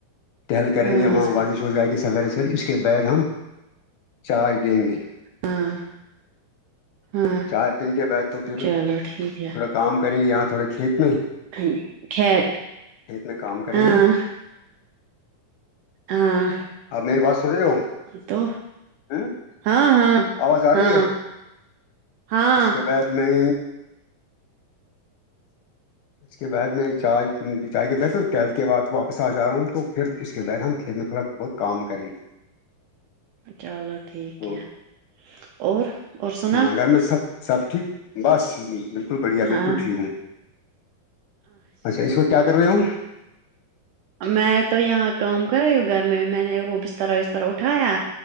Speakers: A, on the left; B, on the right.
A: ٹہل کریں
B: ہاں
A: گے وہاں ورزش ہو جائے گی سویرے سوے اس کے بیگ ہم چائے پیں گے
B: ہاں ہاں
A: چار دن کے بعد تو پھر
B: چلو ٹھیک ہے
A: تھوڑا کام کریں گے یہاں تھوڑے کھیت میں
B: <unintelligible>
A: کھیت میں کام کریں
B: ہاں
A: گے
B: ہاں
A: آپ میری بات سن رہے ہو
B: تو
A: ہ
B: ہاں ہاں
A: آواز آ
B: ہاں
A: رہی ہے
B: ہاں
A: اس کے بعد میں اس کے بعد میں چائے چائے کے بہتر ٹہل کے بعد واپس آ جا رہا ہوں تو پھر اس کے بعد ہم کھیت میں تھوڑا بہت کام کریں گے
B: چلو ٹھیک
A: تو
B: ہے اور اور سنا
A: ہاں گھر میں سب سب ٹھیک بس بالکل بڑھیا
B: ہاں
A: بالکل ٹھیک ہوں اچھا اس وقت کیا کر رہے ہو
B: میں تو یہاں کام کر رہی ہوں گھر میں میں نے وہ بسترا وسترا اٹھایا